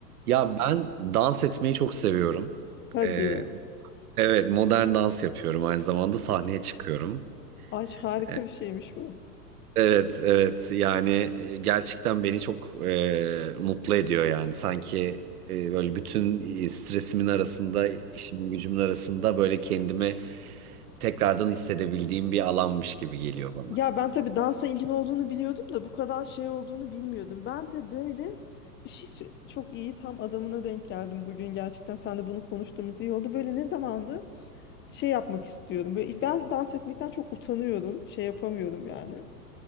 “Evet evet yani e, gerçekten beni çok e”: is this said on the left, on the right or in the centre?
Right